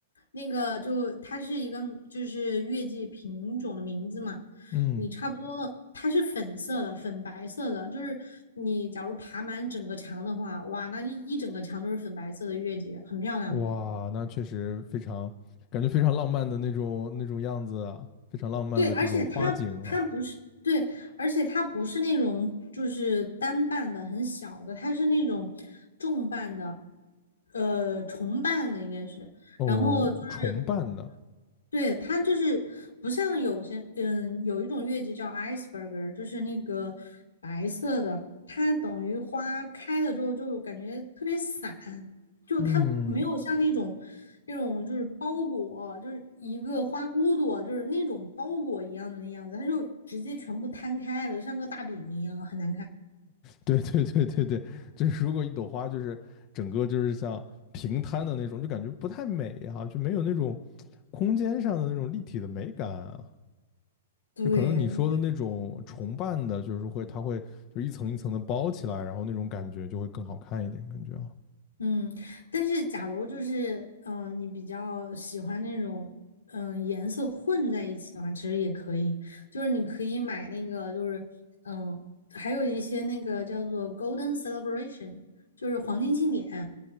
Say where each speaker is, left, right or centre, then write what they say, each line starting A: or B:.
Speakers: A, on the left (about 80°); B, on the left (about 35°).
A: 那个就它是一个就是月季品种的名字嘛。
B: 嗯。
A: 你差不多，它是粉色的，粉白色的，就是你假如爬满整个墙的话，哇，那一一整个墙都是粉白色的月季，很漂亮的。
B: 哇，那确实非常，感觉非常浪漫的那种那种样子啊，非常浪漫的这种花景啊。
A: 对，而且它它不是对，而且它不是那种就是单瓣的很小的，它是那种重瓣的，呃，重瓣的应该是，
B: 哦，
A: 然后就是
B: 重瓣的，
A: 对，它就是不像有些，嗯，有一种月季叫 iceberg，就是那个白色的，它等于花开了之后就感觉特别散，就它没有像那种那种就是包裹，
B: 嗯，
A: 就是一个花骨朵，就是那种包裹一样的那样子，它就直接全部摊开了，就像个大饼一样，很难看。
B: 对对对对对，就是如果一朵花就是整个就是像平摊的那种，就感觉不太美哈、就没有那种空间上的那种立体的美感啊。
A: 对，
B: 就可能你说的那种重瓣的，就是会它会就是一层一层的包起来，然后那种感觉就会更好看一点，感觉啊。
A: 嗯，但是假如就是嗯、呃你比较喜欢那种嗯、呃颜色混在一起的话，其实也可以。就是你可以买那个，就是嗯、呃还有一些那个叫做 Golden Celebration，就是黄金庆典。